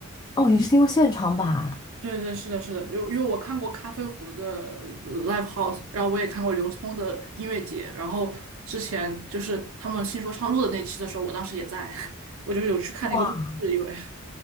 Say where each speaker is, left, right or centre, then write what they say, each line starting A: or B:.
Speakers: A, on the left; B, on the right.
A: 哦，你是听过现场版？
B: 对对，是的，是的，就因为我看过咖啡壶的呃 live house，然后我也看过刘聪的音乐节，然后之前就是他们新说唱录的那期的时候，我当时也在，<laughs> 我就是有去看那个录制，
A: 哇
B: 因为。